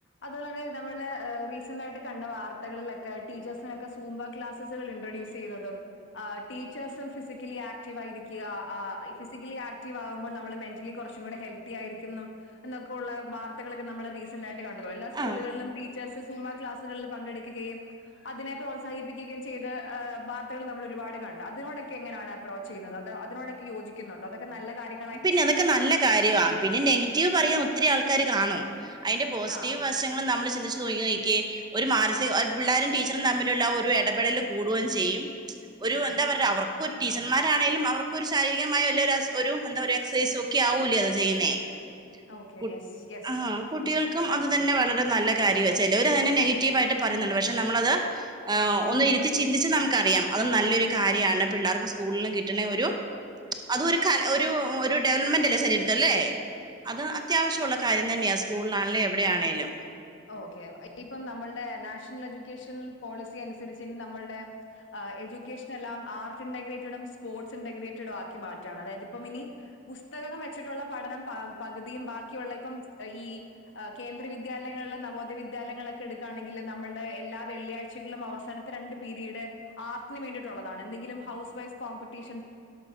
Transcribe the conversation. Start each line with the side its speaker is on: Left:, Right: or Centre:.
Left: അതോലെ ന്നെ മ്മള് എഹ് റീസന്റയിട്ട് കണ്ട വാർത്തകളിലെക്കെ ടീച്ചേഴ്സിനൊക്കെ സൂംമ്പോ ക്ലാസസൾ ഇൻട്രഡ്യൂസെയ്തതും ആഹ് ടീച്ചേഴ്സും ഫിസിക്കലി ആക്റ്റീവ് ആയിരിക്കുക ഫിസിക്കലി ആക്റ്റീവ് ആകുമ്പോൾ നമ്മള് മെന്റലി കുറ ചൂടെ ഹെൽത്തി ആയിരിക്കും ന്നൊക്കെള്ള വർത്തകളൊക്കെ നമ്മളീ റീസന്റായിട്ട് കണ്ടല്ലോ എല്ലാ സ്കൂളുകളിലും
Right: ആ
Left: ട്ടീ ച്ചേയ്സ് സൂുമ്പാ ക്ലാസുകളിൽ പങ്കെടുക്കുകയും അതിനെ പ്രോത്സാഹിപ്പിക്കുകയും ചെയ്ത് എഹ് വാർത്തകൾ നമ്മൾ ഒരുപാട് കണ്ട അതിനോടൊക്കെ എങ്ങനെയാണ് അ പ്പ്രോചെയ്യുന്നത് അതെ അതിനോടൊക്ക യോജിക്കുന്നുണ്ടൊ അതൊക്കെ നല്ല കാര്യം
Right: പിന്നെ അതൊക്കെ നല്ല കാര്യവാ പിന്നെ നെഗറ്റീവ് പറയാൻ ഒത്തിരി ആൾക്കാാര് കാണും അയിന്റെ പോസിറ്റീവ്
Left: ആ
Right: വശങ്ങള് നമ്മൾ ചിന്തിച്ചു നോകി നോക്കി ഒരു മാനസിക പിള്ളോരും ടീച്ചറും തമ്മിലുള്ള ഒരു എടപെടല് കൂടുകയും ചെയ്യും ഒരു
Left: ഉം
Right: എന്താ പർഞ അവർക്കൊരു ടീച്ചർമാരാണെലും അവർക്കൊരു ശാരീരികമായല്ലരുസ് ഒരു എന്താരു എക്സസൈസൊക്കെ ആവൂലേ അത് ചെയ്യുന്നേ
Left: ഓക്കെ
Right: കു
Left: യെസ് യെസ്
Right: ആഹ് കുട്ടികൾക്കും അത് തന്നെ വളരെ നല്ലകാര്യ ചെലൊര അയിനെ നെഗറ്റീവായിട്ട് പറയുന്നുണ്ട് പക്ഷെ നമ്മളത് ആഹ് ഒന്നിരുത്തി ചിന്തിച്ച് നമുക്കറിയാം അത് നല്ലൊരു കാര്യാണ് പിള്ളേർക്ക് സ്കൂള്ന്ന് കിട്ടണൊരു അതൊരു കല ഒരു ഒരു ഡെവലപ്മെന്റ്ല്ലേ ശരീരത്ത്ല്ലേ അത് അത്യാവശ്യവുള്ള കാര്യം തന്നെയാ സ്കൂളിലാണേലും എവിടെയാണേലും.
Left: ഓക്കേ ഇപ്പം നമ്മളുടെ നാഷണൽ എഡ്യൂക്കേഷൻ പോളിസി അനുസരിച്ച് ഇനി നമ്മളുടെ ആഹ് എ്യൂക്കേഷനെല്ലാംആർട്ട് ഇന്റഗ്രേറ്റഡും സ്പോർട്സ് ഇന്റഗ്രേറ്റഡും ആക്കി മാറ്റാണ് അതായത് ഇപ്പം ഇനി പുസ്തകം വെച്ചിട്ടുള്ള പഠനം പ പകുതിയും ബാക്കിയുള്ളപ്പം ഈ കേന്ദ്രിവിദ്യാലയം ങ്ങള്നവോദയ വിദ്യാലയങ്ങളൊക്കെ എടുക്കുകയാണെങ്കില് നമ്മുടെ എല്ലാ വെള്ളിയാഴ്ചകള് അവസാനത്തെ രണ്ട് പീരീഡ് ആർട്ടിന് വേണ്ടിയിട്ടുള്ളതാണ് എന്തങ്കിലും ഹൗസ് വൈസ് കോമ്പറ്റീഷൻ